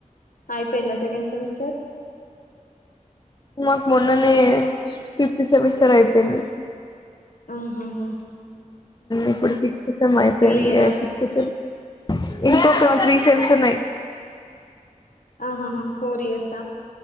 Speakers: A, on the left; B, on the left.
A: ఆ అయిపోయింద సెకండ్ సెమిస్టర్
B: మాక్ మొన్ననే ఫిఫ్త్ సెమిస్టర్ అయిపోయింది
A: ఆహహ
B: ఇప్పుడు సిక్స్ సెమ్ అయిపోయింది.
A: ఇయరా
B: ఇక సిక్స్త్ సెమ ఇంకొక త్రీ సెమ్స్ ఉన్నాయి
A: ఆహహా ఫోర్ ఇయర్స